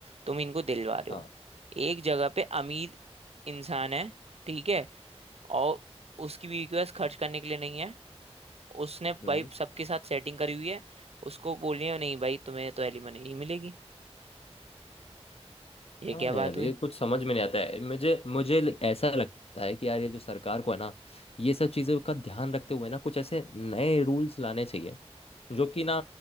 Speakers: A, on the right; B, on the left.
A: तुम इनको दिलवा रहे
B: हाँ
A: हो एक जगह पे अमीर इंसान है ठीक है और उसकी बीवी के पास खर्च करने के लिए नहीं है उसने
B: हम्म
A: भाई सबके साथ सेटिंग करी हुई है उसको बोलिए नहीं भाई तुम्हें तो एलिमनी नहीं मिलेगी ये
B: हाँ
A: क्या बात
B: यार
A: हुई
B: ये कुछ समझ में नहीं आता है मुझे मुझे ल- ऐसा लगता है कि यार ये जो सरकार को है ना ये सब चीजों का ध्यान रखते हुए ना कुछ ऐसे नए रूल्स लाने चाहिए जो कि ना